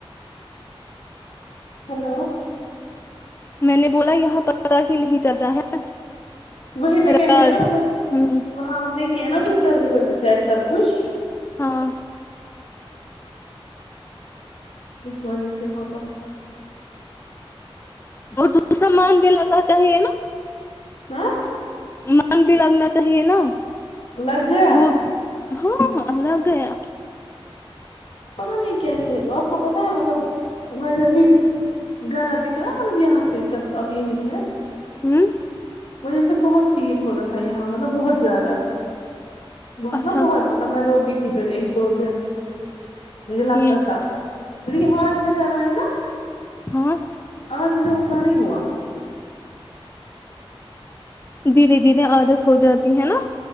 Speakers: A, on the left; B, on the left.
A: ہلو
B: میں نے بولا یہاں پتا ہی نہیں چلتا ہے
A: وہی میں
B: رات
A: کہہ رہی ہوں نا مطلب
B: ہوں
A: وہاں ہم نے کیا نا جلدی جلدی سیٹ سب کچھ
B: ہاں
A: اس وجہ ہوتا
B: وہ دو سامان دلانا چاہیے نا
A: ہاں
B: من بھی لگنا چاہیے نا
A: لگ گیا
B: وہ ہاں لگ گیا
A: پتا نہیں کیسے آپ کو پتا ہے مطلب میں جب بھی گھر آتی تھا نا مطلب یہاں سے جب آپ یہی تھے
B: ہوں
A: مجھے پر بہت فیل ہو رہا تھا یہاں مطلب بہت زیادہ بہت
B: اچھا
A: نا بہت مطلب میں روتی تھی پھر ایک دو دن مجھے لگتا
B: ٹھیک
A: تھا لیکن آج میں گھر آئی نا
B: ہاں
A: آج صبح اٹھنا نہیں ہوا
B: دھیرے دھیرے عادت ہو جاتی ہے نا